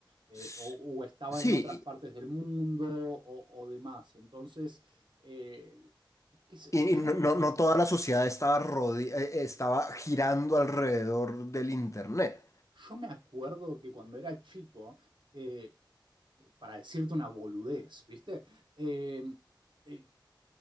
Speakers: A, on the right; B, on the left.
A: Eh,
B: S-
A: o, o estaba
B: Sí,
A: en otras partes del mundo o, o demás. Entonces... eh, qué sé
B: y,
A: yo, yo
B: y no, no- no toda la sociedad estaba, rode- eh, estaba girando alrededor del internet.
A: Yo me acuerdo que cuando era chico, eh, para decirte una boludez, ¿viste? Eh, eh,